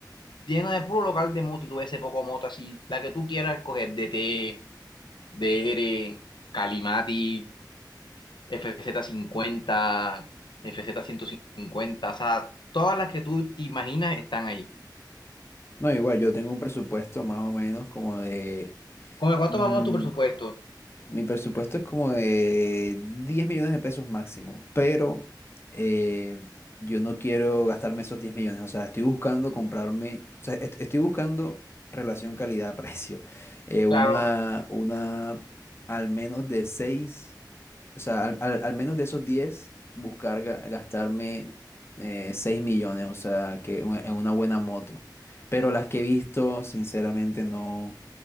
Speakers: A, on the left (about 80°); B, on the left (about 30°).
A: llenas de puro local de moto. Y tú ves ese poco moto así, la que tú quieras coger, DT, DR, Calimati, FZ50, FZ150, o sea, todas las que tú imaginas están ahí.
B: No, igual, yo tengo un presupuesto más o menos como de...
A: ¿Con cuánto
B: mm,
A: vamos tu presupuesto?
B: mi presupuesto es como de 10 millones de pesos máximo, pero eh, yo no quiero gastarme esos 10 millones. O sea, estoy buscando comprarme, o sea, est- estoy buscando relación calidad-precio. Eh, una,
A: Claro,
B: una al menos de seis O sea, al, al- al menos de esos 10 buscar ga- gastarme eh, 6 millones, o sea, que u- en una buena moto. Pero las que he visto, sinceramente, no